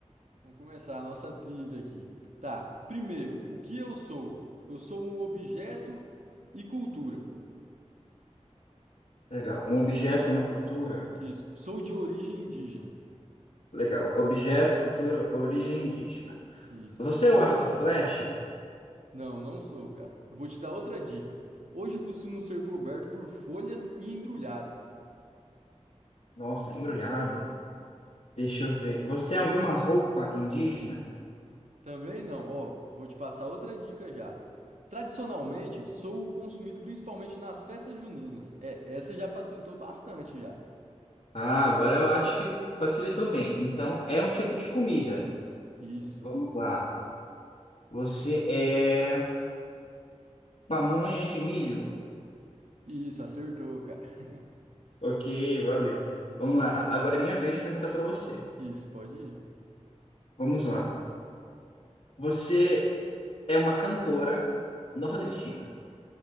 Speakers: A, on the right; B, on the left.
A: Vamos começar a nossa trivia aqui. Tá, primeiro, o que eu sou? Eu sou um objeto e cultura.
B: Legal. Um objeto e uma cultura?
A: Isso, sou de origem indígena.
B: Legal. Objeto, cultura, origem indígena.
A: Isso.
B: Você é o arco e flecha?
A: Não, não sou, cara. Eu vou te dar outra dica. Hoje costumo ser coberto por folhas e embrulhado.
B: Nossa, embrulhado. Deixa eu ver. Você é alguma roupa indígena?
A: Também não. Ó, vou te passar outra dica já. Tradicionalmente, sou consumido principalmente nas festas juninas. É, essa já facilitou bastante já.
B: Ah, agora eu acho que facilitou bem. Então, é um tipo de comida.
A: Isso.
B: Vamos lá. Você é pamonha de milho?
A: Isso, acertou, cara. <laughs>
B: Ok, valeu. Vamos lá. Agora é minha vez de perguntar para você.
A: Isso, pode ir.
B: Vamos lá. Você é uma cantora nordestina.